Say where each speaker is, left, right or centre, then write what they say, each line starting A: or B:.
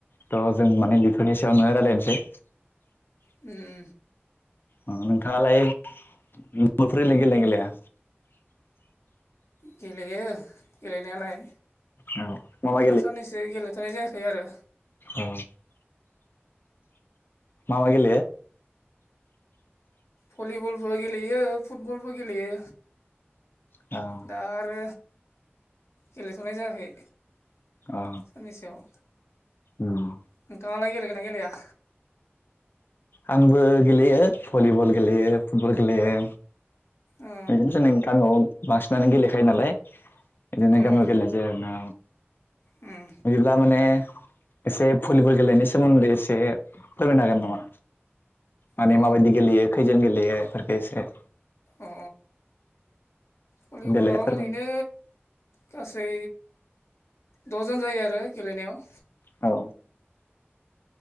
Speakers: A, on the left; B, on the left.
A: थ' जों माने बेफोरनि सायावनो रायज्लायनोसै।
B: उम
A: अ नोंथांङालाय फुदबलफोरलाय गेले गेलाया?
B: गेलेयो गेलेनायालाय।
A: औ मा मा
B: दासान्नैसो गेलेथ'नाय जायाखै आरो।
A: ओ मा मा गेलेयो?
B: भलिबलबो गेलेयो फुटबलबो गेलेयो।
A: औ
B: दा आरो गेलेथ'नाय जायाखै।
A: अ
B: साननैसोआव
A: उम
B: नोंथांङालाय गेलेगोन्ना गेलेया?
A: आंबो गेलेयो भलिबल गेलेयो फुटबल गेलेयो।
B: अ
A: बिदिनोसै नोंथां औ बांसिनानो गेलेखायो नालाय। बिदिनो
B: उम
A: गामियाव गेलेनाय जायो आरो ना।
B: उम
A: बिदिब्ला माने एसे भलिबल गेलेनायनि सोमोन्दै एसे फोरमायनो हागोन नामा? माने
B: अ
A: माबायदि गेलेयो खैजोन गेलेयो बेफोरखौ एसे।
B: अ भलिबलाव
A: देलाय फोरमाय
B: ओरैनो गासै द'जन जायो आरो गेलेनायाव।
A: औ